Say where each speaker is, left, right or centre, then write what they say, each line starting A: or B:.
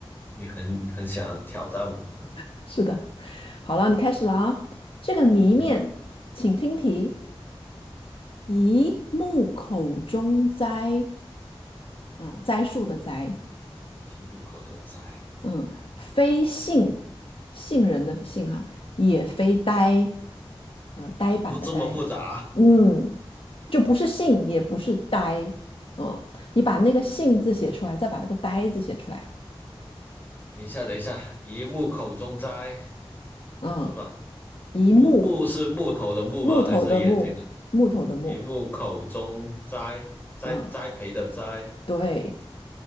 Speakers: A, on the left (about 20°); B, on the left (about 60°).
A: 你很很想挑战我。
B: <laughs> 是的。好了，你开始了啊。这个谜面，
A: 嗯，
B: 请听题：一木口中栽，啊、栽树的栽，
A: 一木口中斋，
B: 嗯，非杏，杏仁的杏哈、也非呆，呃，呆板的呆，
A: 哦，这么复杂？
B: 嗯，就不是杏，也不是呆，嗯，你把那个杏字写出来，再把那个呆字写出来，
A: 等一下，等一下，一木口中斋
B: 嗯，
A: 是吧？
B: 一木，
A: 木木是木头的木吗？
B: 木头的木，
A: 还是眼睛的？
B: 木头的木，
A: 一木口中栽栽栽培的栽，
B: 嗯，对，